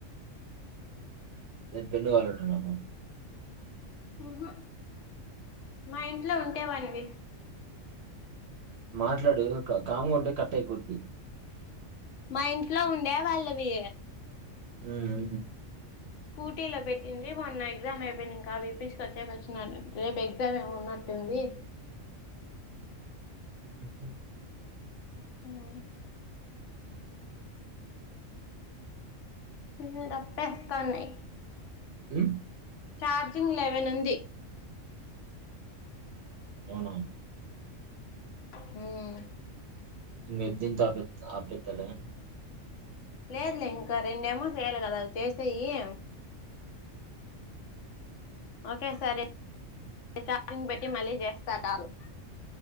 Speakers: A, on the right (about 60°); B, on the left (about 70°).
A: ఎం పెన్ను కావాల్లంటనా
B: ఒహు మా ఇంట్లో ఉంటేవండి
A: మాట్లాడు క కాంగా ఉంటే కట్టైపోద్ది
B: మా ఇంట్లో ఉండే వాళ్ళవి.
A: ఉమ్మ్
B: స్కూటీలో పెట్టింది మొన్న ఎగ్జామ్ అయిపోయినంకా <unintelligible> రేపు ఎగ్జామ్ ఏమో ఉన్నట్ ఉంది
A: ఉహు
B: ఉమ్ ఈ డప్పెస్ కొండి
A: ఉమ్
B: ఛార్జింగ్ లెవెన్ ఉంది.
A: అవునా
B: హుమ్మ్
A: మీద్దిన్న్ <unintelligible> ఆఫ్ చెత్తడా.
B: లేదులే ఇంకా రెండేమో చేయాలి గదా అవి చేసేయ్యి. ఓకే సరే నేన్ ఛార్జింగ్ బెట్టి మళ్ళీ చేస్తా టాలు.